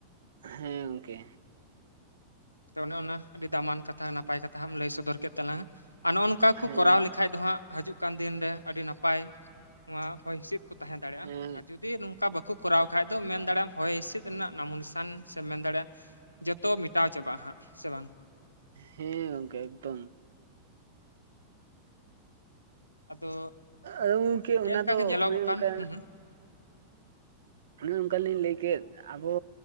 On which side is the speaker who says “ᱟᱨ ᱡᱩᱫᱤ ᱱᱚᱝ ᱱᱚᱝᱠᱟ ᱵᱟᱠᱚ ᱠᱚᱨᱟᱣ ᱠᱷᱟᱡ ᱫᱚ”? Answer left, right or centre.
Left